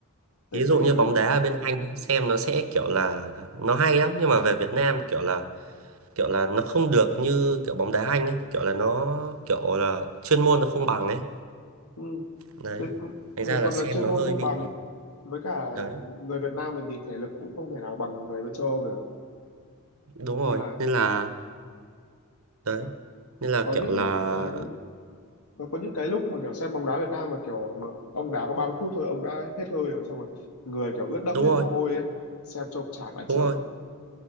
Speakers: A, on the left; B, on the right.
A: tại,
B: thí dụ
A: tại vì
B: như bóng đá ở bên Anh nhá, xem nó sẽ kiểu là nó hay lắm nhưng mà về Việt Nam kiểu là kiểu là nó không được như kiểu bóng đá Anh ấy kiểu là nó kiểu là chuyên môn nó không bằng ấy
A: ừ,
B: đấy
A: thế, một
B: thành ra là
A: phần
B: xem
A: là chuyên
B: nó
A: môn
B: hơi
A: không
B: bị
A: bằng với cả
B: đấy
A: người Việt Nam mình thì thể lực cũng không thể nào bằng người bên châu Âu được
B: đúng rồi
A: nên là
B: nên là đấy
A: mà
B: nên là
A: có
B: kiểu
A: những
B: là
A: cái có, có những cái lúc mà kiểu xem bóng đá Việt Nam mà kiểu mà ông đá có 30 phút thôi ông đã hết hơi rồi xong rồi người kiểu ướt đẫm
B: đúng
A: hết
B: rồi
A: mồ hôi ấy xem trông chán vãi
B: đúng
A: chưởng
B: rồi